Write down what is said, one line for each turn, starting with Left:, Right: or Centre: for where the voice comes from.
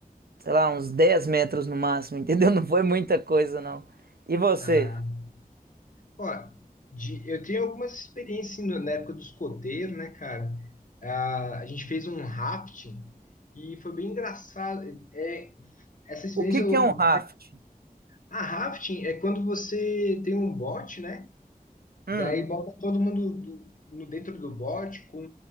Right: sei lá, uns 10 metros no máximo, entendeu? <laughs> Não foi muita coisa, não. E você?
Left: Ah, ó, de- eu tenho algumas experiências assim, no- na época do escoteiro, né, cara? Ah, a gente fez um rafting e foi bem engraçado. É, essa experiência.
Right: O que que
Left: eu-
Right: é um raft?
Left: Ah, rafting é quando você tem um bote, né?
Right: Hum,
Left: Daí bota todo mundo do- no dentro do bote com,